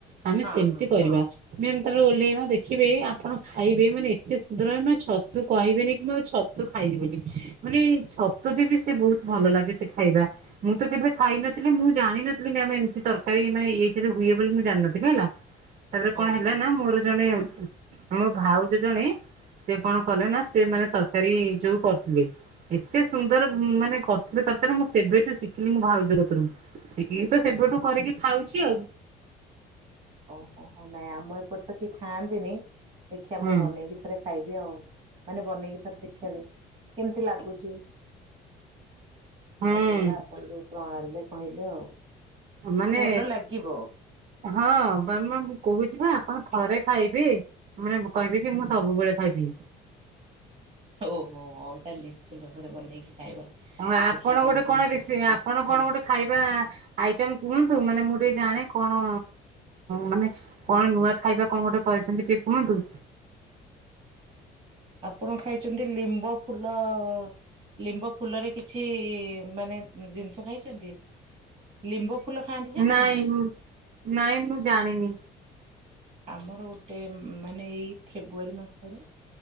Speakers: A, on the right; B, on the right.
A: ଆମେ
B: ହଁ
A: ସେମିତି
B: ହଁ
A: କରିବା। ମୁମ ତାପରେ ଓହ୍ଲେଇବା ଦେଖିବେ ଆପଣ ଦେଖିବେ ଆପଣ ଖାଇବେ ମାନେ ଏତେ ସୁନ୍ଦର ମ ଛତୁ କହିବେନି କି ମୁଁ ଛତୁ ଖାଇବି ବୋଲି ମାନେ ଛତୁ ବି ସେ ବହୁତ। ଭଲ ଲାଗେ ସେ ଖାଇବା, ମୁଁ ତ କେବେ ଖାଇ ନଥିଲି ମୁଁ ଜାଣିନଥିଲି ଆମେ ଏମିତି ତରକାରୀ ପାଇଁ ଏଥିରେ ହୁଏ ବୋଲି ମୁଁ ଜାଣିନଥିଲି ହେଲା। ତାପରେ କଣ
B: ଓହୋ
A: ହେଲା
B: ହୋ
A: ନା ମୋର ଜଣେ ମୋ ଭାଉଜ ଜଣେ ସେ କଣ କଲେ
B: ହୁଁ
A: ନା ସେ ମାନେ ତର ଯୋଉ କରୁଥିଲେ କେତେ ସୁନ୍ଦର ମାନେ ଥିଲେ ତରକାରୀ ମୁଁ ସେବେଠୁ ଶିଖିଲି ମୁଁ ଭାଉଜ କତିରୁ ଶିଖିକି ତ ସେବଠୁ କରିକି ଖାଉଛି ଆଉ।
B: ଓ। ଓହୋ ନାଇଁ ଆମ ଏପଟେ ତ କେହି ଖାଆନ୍ତିନି ଦେଖିବା
A: ହୁଁ
B: ମୁଁ ବନେଇକି ଥରେ ଖାଇବି ଆଉ ମାନେ ବନେଇକି ଥରେ ଦେଖିବି କେମିତି ଲାଗୁଛି।
A: ହୁଁ
B: ବନେଇବା ଆପଣ ଯୋଉ ପ୍ରଣାଳୀରେ କହିଲେ ଆଉ।
A: ମାନେ
B: ଭଲ ଲାଗିବ।
A: ହଁ ମୁ କହୁଛି ବା ଆପଣ ଥରେ ଖାଇବେ ମାନେ କହିବେ କି ମୁଁ ସବୁବେଳେ ଖାଇବି।
B: ଓହୋ ହଉ ତାହେଲେ ନିଶ୍ଚିନ୍ତ ଘରେ ବନେଇକି। ଖାଇବା
A: ଆପଣ
B: ଦେଖିବା
A: ଗୋଟେ
B: କେମିତି
A: କଣ
B: ସବୁ
A: ଆପଣ
B: ଲାଗୁଛି
A: କଣ
B: ଆଉ।
A: ଗୋଟେ ଖାଇବା ଆଇଟମ କୁହନ୍ତୁ ମାନେ ମୁଁ। ଟେ ଜାଣେ କଣ ମାନେ କଣ ନୂଆ ଖାଇବା କଣ ଗୋଟେ କରିଛନ୍ତି ଟଏ କୁହନ୍ତୁ।
B: ଆପଣ ଖାଇଛନ୍ତି ଲିମ୍ବ ଫୁଲ ଲିମ୍ବ ଫୁଲରେ। କିଛି ମାନେ ଜିନିଷ ଖାଇଛନ୍ତି। ଲିମ୍ବ। ଫୁଲ ଖାଆନ୍ତି ଜାଣିଛନ୍ତି?
A: ନାଇଁ ନାଇଁ ମୁଁ ଜାଣିନି।
B: ଆମର ଗୋଟେ ମାନେ ଏଇ ଫେବୃୁଆରୀ ମାସରେ